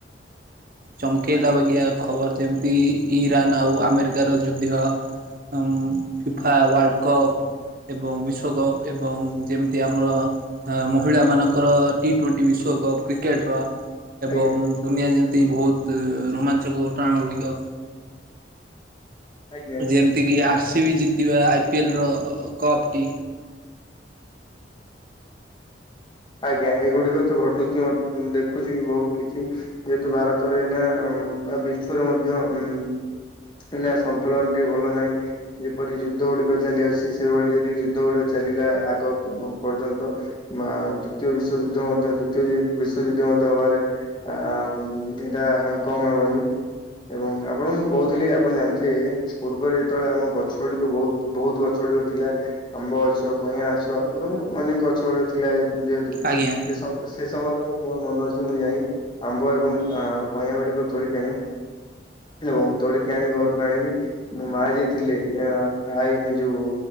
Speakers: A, on the right (about 50°); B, on the left (about 25°).
A: ଚମକେଇଲା ବାଗିଆ ଖବର ଯେମିତି ଇରାନ୍ ଆଉ ଆମେରିକାର ଯୁଦ୍ଧ୍ୟ। ଅମ୍ ଫିଫା ୱାର୍ଲ୍ଡ଼ କପ୍। ଏବଂ ବିଶ୍ୱକପ୍ ଏବଂ ଯେମିତି ଆମର। ଅ ମହିଳାମାନଙ୍କ ର ଟି ଟ୍ବୋଣ୍ଟି ବିଶ୍ବକପ୍ କ୍ରିକେଟ୍ ର। ଏବଂ
B: ଆଜ୍ଞା
A: ଦୁନିଆ ଯେମିତି ବହୁତ ରୋମାଞ୍ଚକ ଘଟଣା ଗୁଡ଼ିକ।
B: ଆଜ୍ଞା
A: ଯେମିତିକି ଆର୍ ସି ବି ଜିତିବା ଆଇ ପିଏଲର କପ୍ ଟି।
B: ଆଜ୍ଞା ଏଗୁଡିକ ତ ଘଟୁଛି ମ ଦେଖୁଛି ବହୁତ କିଛି। ଯେହେତୁ ଭାରତରେ ଏଇନା ଅମ୍ ବିଶ୍ଵରେ ମଧ୍ୟ ଉଁ। ଏଇନା ସନ୍ତୁଳନ ଟିକେ ଭଲ ନାହିଁ। ଯେପରି ଯୁଦ୍ଧ ଗୁଡିକ ଚାଲି ଅଛି ସେଭଳି ଯଦି ଯୁଦ୍ଧ ଗୁଡିକ ଚାଲିଲା ଆଗ ପର୍ଯ୍ୟନ୍ତ। ବା ତୃତୀୟ ବିଶ୍ଵଯୁଦ୍ଧ ମଧ୍ୟ ତୃତୀୟ ବି ବିଶ୍ଵଯୁଦ୍ଧ ମଧ୍ୟ ହବାରେ। ଆଉ ଏଇଟା କମ ହେବନି। ଏବଂ ଆପଣ ଙ୍କୁ ମୁଁ କହୁଥିଲି ଆପଣ ଜାଣିଥିବେ। ପୂର୍ବରେ ଯେତେବେଳେ ଆମ ଗଛ ଗୁଡିକ ବହୁତ ବହୁତ ଗଛ ଗୁଡିକ ଥିଲା। ଆମ୍ବ ଗଛ, କଇଁଆ ଗଛ, ଏବଂ ଅନେକ ଗଛ ଗୁଡିକ ଥିଲା ଯେହେତୁ।
A: ଆଜ୍ଞା
B: ଆଉ ସେ ସମୟରେ ମୋର ମନେ ଅଛି ମୁଁ ଯାଇଁ। ଆମ୍ବ ଏବଂ ଆଁ କଇଁଆ ଗୁଡ଼ିକ ତୋଳି କି ଆଣେ। ଏବଂ ତୋଳିକି ଆଣି ଘରକୁ ଆଣିବି ମୋ ମା ଯିଏ ଥିଲେ ଆଁ। ଆଈ ଏ ଯୋଉ